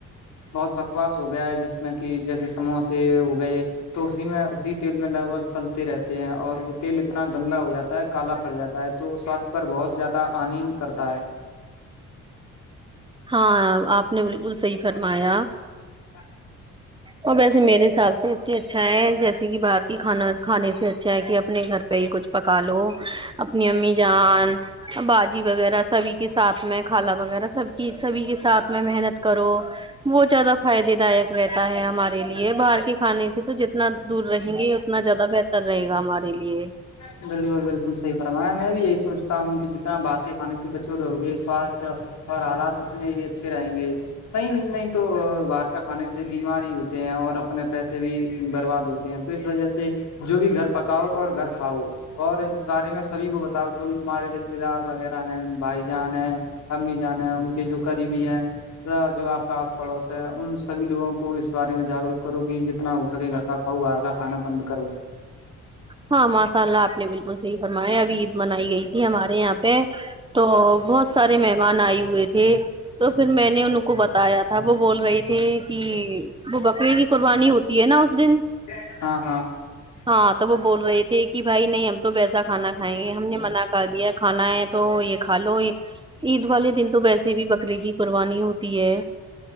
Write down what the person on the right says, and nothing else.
ہاں آپ نے بالکل سیفرمایہ
اور ویسے میرے حساب سے اس سے اچھا ہے جیسے کہ باہر کی کھانا کھانے سے اچھا ہے کہ اپنے گھر پہ ہی کچھ پکا لو اپنی امی جان باجی وغیرہ سبھی کے ساتھ میں کھالا وغیرہ سب کی سبھی کے ساتھ میں محنت کرو بہت زیادہ فائدے دائک رہتا ہمارے لیے باہر کے کھانے سے تو جنا اتنا دور رہیں گے اتنا زیادہ بہتر رہے گا ہمارے لیے
ہاں ماشاء اللہ آپ نے بالکل صحیح فرمایا ابھی عید منائی گئی تھی ہمارے یہاں پہ تو بہت سارے مہمان آئے ہوئے تھے تو پھر میں نے ان کو بتایا تھا وہ بول رہے تھے کہ وہ بکرے کی قربانی ہوتی ہے نا اس دن
ہاں تو وہ بول رہے تھے کہ بھائی نہیں ہم تو ویسا کھانا کائیں گے ہم نے منع کر دیا کھانا ہے تو یہ کھا لو یہ عید والے دن تو ویسے بھی بکرے کی قربانی ہوتی ہے